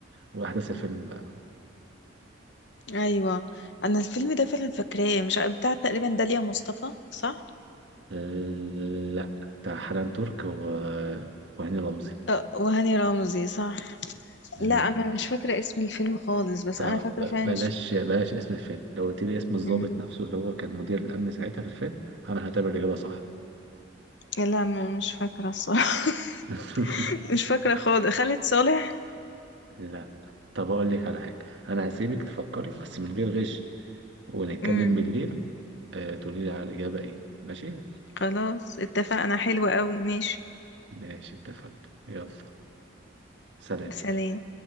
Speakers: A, on the right (about 65°); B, on the left (about 60°).
A: واحداث الفيلم بقى
B: ايوه انا الفيلم ده فعلا فاكراه مش عارف- بتاع تقريبا داليا مصطفى صح
A: أه... لا بتاع حنان ترك و... وهاني رمزي
B: آه، وهاني رمزي صح
A: مم.
B: لا انا مش فاكره اسم الفيلم خالص بس
A: فبلاش
B: انا فاكره فعلا
A: بلاش
B: مش...
A: بلاش اسم الفيلم لو قلت لي اسم الضابط
B: مم.
A: نفسه اللي هو كان مدير الأمن ساعتها في الفيلم أنا هعتبر الإجابة صح
B: لا م- مش فاكره الصراحه <laughs>
A: <laughs>
B: مش فاكره خالص خالد صالح
A: لا طب أقول لك على حاجة أنا هسيبك تفكري بس من غير غش ونتكلم
B: مم.
A: بالليل آه، تقولي لي على الإجابة إيه ماشي
B: خلاص اتفقنا حلوة قوي ماشي
A: ماشي اتفقنا يلا سلام
B: سلام